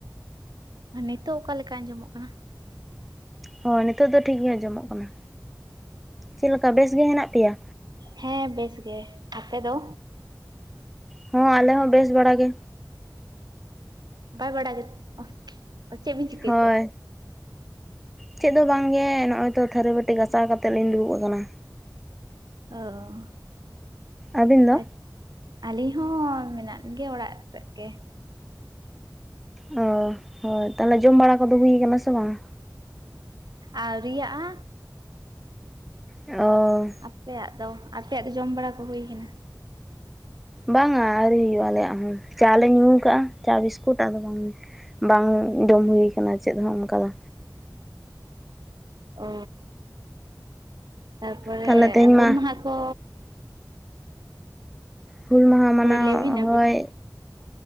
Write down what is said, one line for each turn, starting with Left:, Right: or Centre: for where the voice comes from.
Right: ᱱᱤᱛᱳᱜ ᱚᱠᱟ ᱞᱮᱠᱟ ᱟᱸᱡᱚᱢᱚᱜ ᱠᱟᱱᱟ?
Centre: ᱦᱳᱭ, ᱱᱤᱛᱳ ᱫᱚ ᱴᱷᱤᱠ ᱜᱮ ᱟᱸᱡᱚᱢᱚᱜ ᱠᱟᱱᱟ᱾ ᱪᱮᱫ ᱠᱟ ᱵᱮᱥ ᱜᱮ ᱦᱮᱱᱟᱜ ᱯᱮᱭᱟ?
Right: ᱦᱮᱸ ᱵᱮᱥ ᱜᱮ᱾ ᱟᱯᱮ ᱫᱚ?
Centre: ᱦᱚᱸ, ᱟᱞᱮ ᱦᱚᱸ ᱵᱮᱥ ᱵᱟᱲᱟ ᱜᱮ᱾
Right: ᱱᱟᱯᱟᱭ ᱵᱟᱲᱟ ᱜᱮ ᱛᱚ, ᱟᱨ ᱪᱮᱫ ᱵᱤᱱ ᱪᱤᱠᱟᱹᱭᱮᱫ
Centre: ᱦᱳᱭ
Right: ᱛᱮ?
Centre: ᱪᱮᱫ ᱫᱚ ᱵᱟᱝᱜᱮ ᱱᱚᱜᱼᱚᱭ ᱛᱚ ᱛᱷᱟᱹᱨᱤ ᱵᱟᱹᱴᱤ ᱜᱟᱥᱟᱣ ᱠᱟᱛᱮᱫ ᱞᱤᱧ ᱫᱩᱲᱩᱵ ᱠᱟᱱᱟ᱾
Right: ᱚ,
Centre: ᱟᱹᱵᱤᱱ ᱫᱚ
Right: ᱟᱪ ᱟᱹᱞᱤᱧ ᱦᱚᱸ ᱢᱮᱱᱟᱜ ᱞᱮᱜᱮᱭᱟ ᱚᱲᱟᱜ ᱨᱮᱜᱮ᱾
Centre: ᱚ, ᱦᱳᱭ᱾ ᱛᱟᱦᱞᱮ ᱡᱚᱢ ᱵᱟᱲᱟ ᱠᱚᱫᱚ ᱦᱩᱭ ᱠᱟᱱᱟ ᱥᱮ ᱵᱟᱝ?
Right: ᱟᱣᱨᱤᱭᱟᱜ-ᱟ᱾
Centre: ᱚ
Right: ᱟᱯᱮᱭᱟᱜ ᱫᱚ᱾ ᱟᱯᱮᱭᱟᱜ ᱫᱚ ᱡᱚᱢ ᱵᱟᱲᱟ ᱠᱚ ᱦᱩᱭ ᱠᱟᱱᱟ?
Centre: ᱵᱟᱝᱟ ᱟᱹᱣᱨᱤ ᱦᱩᱭᱩᱜ-ᱟ ᱟᱞᱮᱭᱟᱜ ᱦᱚᱸ᱾ ᱪᱟ ᱞᱮ ᱧᱩ ᱠᱟᱜ-ᱟ, ᱪᱟ ᱵᱤᱥᱠᱩᱴ ᱟᱫᱚ ᱵᱟᱝ᱾ ᱵᱟᱝ ᱡᱚᱢ ᱦᱩᱭ ᱠᱟᱱᱟ ᱪᱮᱫ ᱦᱚᱸ ᱚᱱᱠᱟ ᱫᱚ᱾
Right: ᱚ, ᱛᱟᱨᱯᱚᱨᱮ
Centre: ᱛᱟᱦᱚᱞᱮ ᱛᱮᱦᱮᱧ
Right: ᱦᱩᱞ
Centre: ᱢᱟ
Right: ᱢᱟᱦᱟ ᱠᱚ
Centre: ᱦᱩᱞ ᱢᱟᱦᱟ ᱢᱟᱱᱟᱣ
Right: ᱦᱳᱭ ᱞᱟᱹᱭ ᱵᱤᱱ ᱟᱹᱵᱤᱱ
Centre: ᱦᱚᱭ
Right: ᱜᱮ